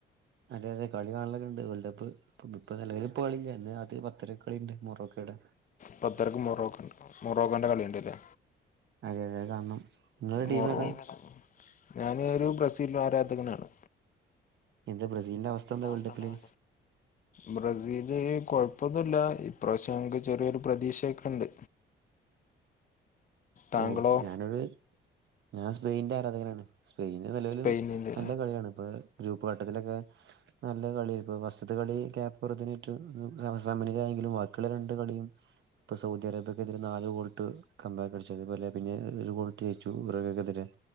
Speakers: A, on the right; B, on the left.
A: അതേ അതെ, കളികാണലൊക്കെണ്ട് വല്ലപ്പഴും. ഇപ്പോ നിലവിൽ ഇപ്പോ കളില്ല, ഇന്ന് രാത്രി പത്തരക്ക് കളിണ്ട് മോറോക്കേടെ.
B: പത്തരക്ക് മൊറോക്കണ്ട്, മൊറോക്കന്റെ കളിയുണ്ട്ല്ലേ?
A: അതെ അതെ അത് കാണം, ഇങ്ങളെ ടീം
B: മൊറോക്ക
A: ഏതാ?
B: ഞാന് ഒരു ബ്രസീൽ ആരാധകനാണ്.
A: എന്താ ബ്രസീലിന്റെ അവസ്ഥ. എന്താ
B: അവസ്ഥ
A: വേൾഡ് കപ്പില്
B: എന്താണ് ബ്രസീല് കൊഴപ്പൊന്നുല്ല ഇപാവശ്യം ഞങ്ങക്ക് ചെറിയൊരു പ്രതീക്ഷയൊക്കെ ഇണ്ട് താങ്കളോ
A: ഓഹ് ഞാനൊരു ഞാൻ സ്പെയിന്റെ അരാധകരാണ് സ്പെയിന് നിലവില്
B: സ്പെയിനിന്റെ
A: നല്ല കളിയാണ് ഇപ്പോ, ഗ്രൂപ്പ് ഘട്ടത്തിലൊക്കെ നല്ല കളി, ഇപ്പോഫസ്റ്റത്തെ കളി കേപ്പ് വെർദ നെ- ഇതുസമനിലയായെങ്കിലും ബാക്കിയുള്ള രണ്ടുകളിയും ഇപ്പ സൗദിയറേബ്യക്കെതിരെ നാലുഗോൾട്ടു കമ്പയറടിച്ചു. അതുപോലെ പിന്നെ ഒരു, <unintelligible> ഗോൾ <unintelligible> എതിരെ.